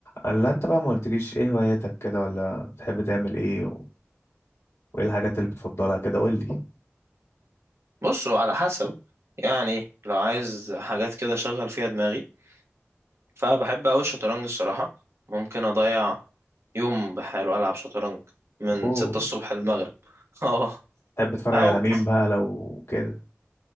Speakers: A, on the left; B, on the right.
A: الا انت بقى ما قلتليش ايه هواياتك كده ولا بتحب تعمل ايه و... وايه الحاجات اللي بتفضلها كده قول لي
B: بصوا على حسب يعني لو عايز حاجات كده شغل فيها دماغي فبحب أوي الشطرنج الصراحة ممكن أضيع يوم بحاله ألعب شطرنج من
A: اوه
B: ستة الصبح للمغرب <laughs> اه
A: بتحب تتفرج
B: أو
A: على مين بقى لو كده